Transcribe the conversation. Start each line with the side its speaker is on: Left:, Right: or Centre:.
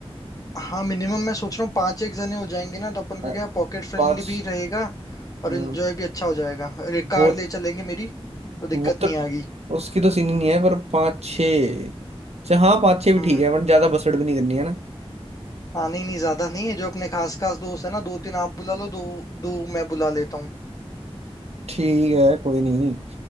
Left: हाँ मिनिमम मैं सोच रहा हूँ पांच एक जने हो जाएंगे ना तो अपन को
Right: अ,
Left: क्या पॉकेट फ्रेंडली
Right: पाँच
Left: भी रहेगा और
Right: हाँ,
Left: एंजॉय भी अच्छा हो जाएगा अरे कार
Right: वो
Left: ले चलेंगे मेरी तो दिक्कत
Right: वो
Left: नहीं
Right: तो
Left: आएगी
Right: उसकी तो सीन ही नहीं है पर पाँच छः अच्छा हाँ पाँच छः भी
Left: हम्म
Right: ठीक है बट ज्यादा बसड़ भी नहीं करनी है ना
Left: हाँ नहीं नहीं ज्यादा नहीं है जो अपने खास खास दोस्त है ना दो तीन आप बुला लो दो दो मैं बुला लेता हूँ
Right: ठीक है कोई नहीं